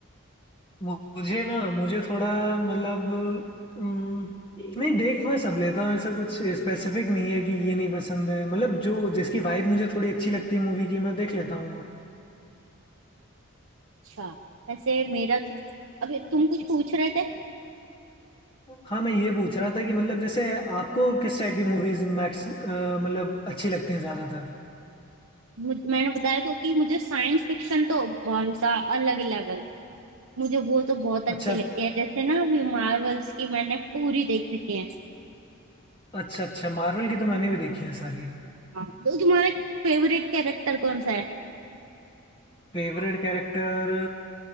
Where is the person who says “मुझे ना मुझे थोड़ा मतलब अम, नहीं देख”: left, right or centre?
Left